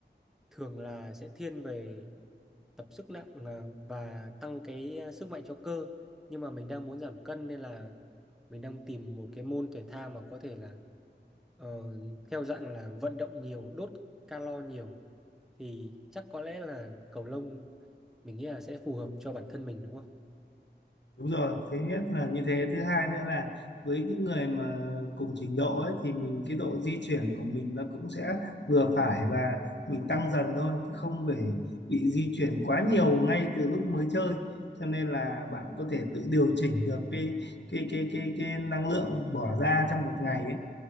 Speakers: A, in the centre; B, on the left (about 70°).
A: thường là sẽ thiên về tập sức nặng là và tăng cái à, sức mạnh cho cơ nhưng mà mình đang muốn giảm cân nên là mình đang tìm một cái môn thể thao mà có thể là ờ, theo dạng là vận động nhiều đốt calo nhiều thì chắc có lẽ là cầu lông mình nghĩ là sẽ phù hợp cho bản thân mình đúng không?
B: đúng rồi, thứ nhất là như thế, thứ hai nữa là với những người mà cùng trình độ ấy thì mình cái độ di chuyển của mình nó cũng sẽ vừa phải và mình tăng dần thôi chứ không phải bị di chuyển quá nhiều ngay từ lúc mới chơi. Cho nên là bạn có thể tự điều chỉnh được cái cái cái cái cái năng lượng bỏ ra trong một ngày ấy